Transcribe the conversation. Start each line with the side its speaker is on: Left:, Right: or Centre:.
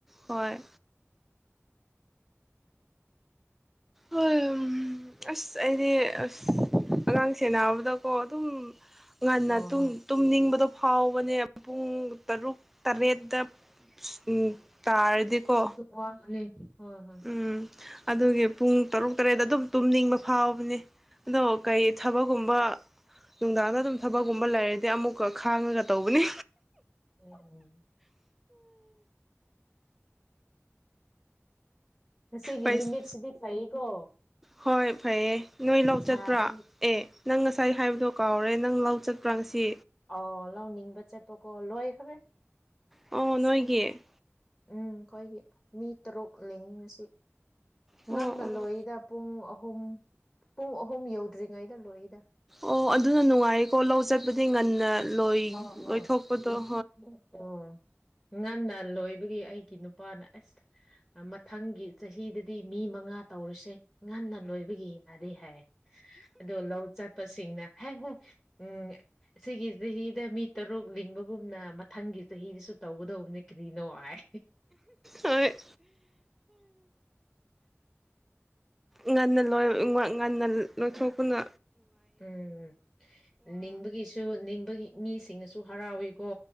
Centre: ꯍꯣꯏ ꯍꯝ ꯑꯁ ꯑꯩꯗꯤ ꯑꯁ ꯑꯉꯥꯡ ꯁꯦꯟꯅꯕꯗꯀꯣ ꯑꯗꯨꯝ ꯉꯟꯅ
Left: ꯍꯣꯏ
Centre: ꯇꯨꯝ
Left: ꯍꯣꯏ
Centre: ꯇꯨꯝꯅꯤꯡꯕꯗꯣ ꯐꯥꯎꯕꯅꯦ ꯄꯨꯡ ꯇꯔꯨꯛ ꯇꯔꯦꯠꯇ ꯎꯝ ꯇꯥꯔꯗꯤꯀꯣ
Left: ꯋꯥꯈꯔꯦ ꯍꯣꯏ ꯍꯣꯏ
Centre: ꯎꯝ ꯑꯗꯨꯒꯤ ꯄꯨꯡ ꯇꯔꯨꯛ ꯇꯔꯦꯠꯇ ꯑꯗꯨꯝ ꯇꯨꯝꯅꯤꯡꯕ ꯐꯥꯎꯕꯅꯦ ꯑꯗꯣ ꯀꯩ ꯊꯕꯛꯒꯨꯝꯕ ꯅꯨꯡꯗꯥꯡꯗ ꯑꯗꯨꯝ ꯊꯕꯛꯀꯨꯝꯕ ꯂꯩꯔꯗꯤ ꯑꯃꯨꯛꯀ ꯈꯥꯡꯉꯒ ꯇꯧꯕꯅꯤ
Left: ꯎꯝ ꯎꯝ ꯉꯁꯤꯒꯤ
Centre: ꯄꯩꯁ
Left: ꯅꯨꯃꯤꯠꯁꯤꯗꯤ ꯐꯩꯀꯣ
Centre: ꯍꯣꯏ ꯐꯩꯌꯦ ꯅꯣꯏ ꯂꯧ
Left: ꯁꯥꯗꯤ
Centre: ꯆꯠꯄ꯭ꯔꯥ ꯑꯦ ꯅꯪ ꯉꯁꯥꯏ ꯍꯥꯏꯕꯗꯣ ꯀꯥꯎꯔꯦ ꯅꯪ ꯂꯧ ꯆꯠꯄ꯭ꯔꯥ ꯉꯁꯤ
Left: ꯑꯎ ꯂꯧ ꯂꯤꯡꯕ ꯆꯠꯄꯀꯣ ꯂꯣꯏꯈꯔꯦ
Centre: ꯑꯣ
Left: ꯉꯁꯤꯗꯤ
Centre: ꯅꯣꯏꯒꯤ
Left: ꯎꯝ ꯈꯣꯏꯒꯤ ꯃꯤ ꯇꯔꯨꯛ ꯂꯤꯡꯉꯦ ꯉꯁꯤ
Centre: ꯑꯣ
Left: ꯉꯟꯅ
Centre: ꯑꯣ
Left: ꯂꯣꯏꯌꯦꯗ ꯄꯨꯡ ꯑꯍꯨꯝ ꯄꯨꯡ ꯑꯍꯨꯝ ꯌꯧꯗ꯭ꯔꯤꯉꯩꯗ ꯂꯣꯏꯌꯦꯗ
Centre: ꯑꯣ ꯑꯗꯨꯅ ꯅꯨꯡꯉꯥꯏꯀꯣ ꯂꯧ ꯆꯠꯄꯗꯤ ꯉꯟꯅ ꯂꯣꯏ
Left: ꯍꯣꯍꯣ
Centre: ꯂꯣꯏꯊꯣꯛꯄꯗꯣ
Left: ꯍꯣꯏ ꯉꯟꯅ ꯂꯣꯏꯕꯒꯤ ꯑꯩꯒꯤ ꯅꯨꯄꯥꯅ ꯑꯁ ꯑ ꯃꯊꯪꯒꯤ ꯆꯍꯤꯗꯗꯤ ꯃꯤ ꯃꯉꯥ ꯇꯧꯔꯁꯦ ꯉꯟꯅ ꯂꯣꯏꯕꯒꯤ ꯌꯥꯗꯦ ꯍꯥꯏꯔꯦ ꯑꯗꯣ ꯂꯧ ꯆꯠꯄꯁꯤꯡꯅ ꯍꯦꯍꯦ ꯎꯝ ꯁꯤꯒꯤ ꯆꯍꯤꯗ ꯃꯤ ꯇꯔꯨꯛ ꯂꯤꯡꯕꯒꯨꯝꯅ ꯃꯊꯪꯒꯤ ꯆꯍꯤꯗꯁꯨ ꯇꯧꯒꯗꯧꯕꯅꯦ ꯀꯔꯤꯅꯣ ꯍꯥꯏ
Centre: ꯍꯣꯏ ꯉꯟꯅ ꯂꯣꯟ ꯎꯝ ꯉꯟ ꯉꯟꯅ ꯂꯣꯏꯊꯣꯛꯇꯨꯅ
Left: ꯎꯝ ꯅꯤꯡꯕꯒꯤꯁꯨ ꯅꯤꯡꯕꯒꯤ ꯃꯤꯁꯤꯡꯅꯁꯨ ꯍꯔꯥꯎꯋꯦꯀꯣ